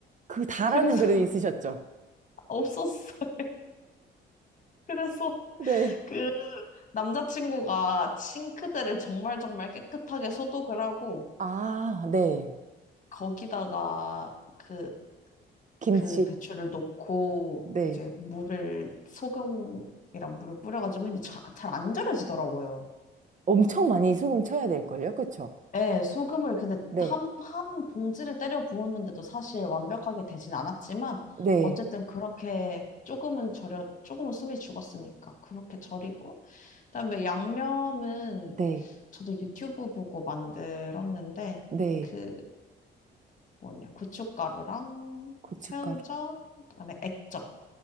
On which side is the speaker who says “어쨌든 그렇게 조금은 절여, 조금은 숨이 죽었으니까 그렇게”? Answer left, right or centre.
Left